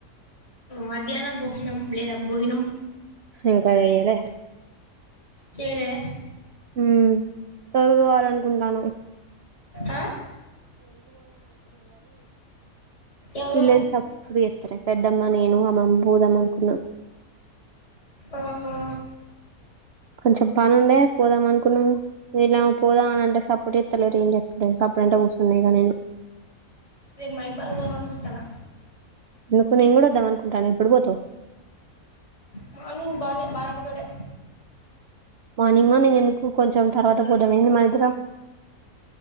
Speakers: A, on the left (about 50°); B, on the right (about 60°).
A: మధ్యాహ్న బోహనం లేదా బోహనం
B: ఇంకా జేయలే
A: చేయలే
B: ఉమ్ తరువాలనుకుంటాను
A: ఆ ఎవరెవరు
B: వీళ్ళేమో సప్పుడు జేత్తలేరు పెద్దమ్మ నేను అమ్మమ్మ పోదామ్ అనుకున్నాను
A: ఆహా
B: కొంచెం పనుండే పోదాం అనుకున్నాం లేలామ్ పోదాం అని అంటే సపుడు జేస్తలేరు ఏం జే నే సప్పుడుజేయంట కూర్చున్నా ఇగ నేను
A: రేప్ మైబాద్ బోదామని జూత్తున్నా
B: ఎందుకు నేన్ గూడా వద్దాం అనుకుంటాన ఎప్పుడు బోతావ్
A: మార్నింగ్ బానే బానక్క తోటే
B: మార్నింగ్ మార్నింగ్ ఎందుకు కొంచం తర్వాత పోదామ్ ఏంది మనిద్దరం